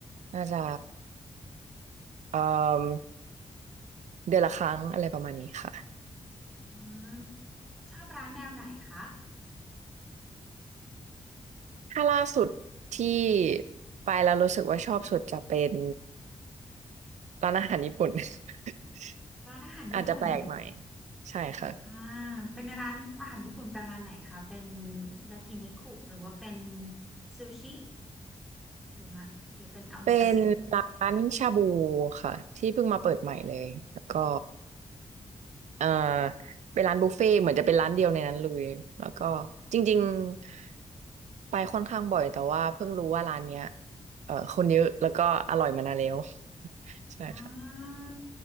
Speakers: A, on the right; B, in the centre.
A: น่าจะเอ่อเดือนละครั้งอะไรประมาณนี้ค่ะ
B: อ๋อชอบร้านแนวไหนคะ
A: ถ้าล่าสุดที่ไปแล้วรู้สึกว่าชอบสุดจะเป็นร้านอาหารญี่ปุ่น <laughs>
B: ร้านอาหารญี่ปุ่น
A: อาจจะแปลกหน่อยใช่ค่ะ
B: อ่าเป็นร้านอาหารญี่ปุ่นประมาณไหนคะเป็นยากินิคุหรือว่าเป็นซูชิหรือมะหรือเป็นโอมากาเสะ
A: เป็นร้านชาบูค่ะที่เพิ่งมาเปิดใหม่เลยแล้วก็ เอ่อเป็นร้านบุฟเฟ่ต์เหมือนจะเป็นร้านเดียวในนั้นเลยแล้วก็จริงๆไปค่อนข้างบ่อยแต่ว่าเพิ่งรู้ว่าร้านเนี้ยเอ่อคนเยอะแล้วก็อร่อยมานานแล้ว <laughs> ใช่ค่ะ
B: อ่า